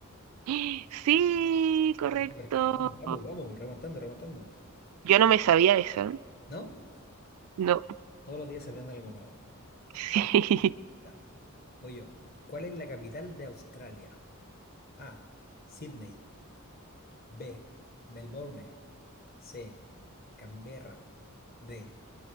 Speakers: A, on the right; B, on the left.
A: <gasps> Sí, correcto.
B: Respuesta correcta. Vamos, vamos, vamos. Remontando, remontando.
A: Yo no me sabía esa.
B: ¿No?
A: No,
B: Todos los días se aprende algo nuevo.
A: <laughs> sí.
B: Ya. Voy yo. ¿Cuál es la capital de Australia? A. Sydney. B. Melbourne. C. Canberra. D.